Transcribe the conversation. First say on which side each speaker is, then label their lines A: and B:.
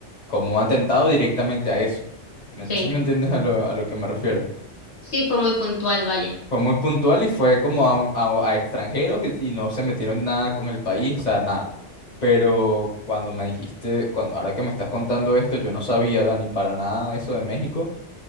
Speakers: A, on the left (about 35°); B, on the left (about 65°).
A: como un atentado directamente a eso. ¿Me-
B: Sí,
A: ¿Sí me entiendes a lo, a lo que me refiero?
B: sí, fue muy puntual, vaya.
A: Fue muy puntual y fue como a, un- a- a extranjeros y, y no se metieron nada con el país, o sea, nada. Pero cuando me dijiste, cuando, ahora que me estás contando esto, yo no sabía, Dani, para nada eso de México.